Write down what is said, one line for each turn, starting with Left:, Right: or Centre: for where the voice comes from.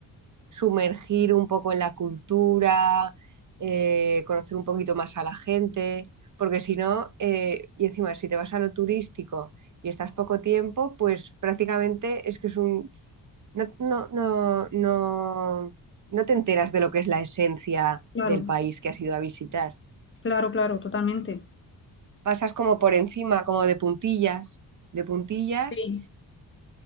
Right: sumergir un poco en la cultura, eh, conocer un poquito más a la gente, porque si no, eh, y encima, si te vas a lo turístico y estás poco tiempo, pues prácticamente es que es un... No, no, no, no, no te enteras de lo que es la esencia
Left: Claro,
Right: del país que has ido a visitar.
Left: claro, claro, totalmente.
Right: Pasas como por encima, como de puntillas, de puntillas,
Left: Sí,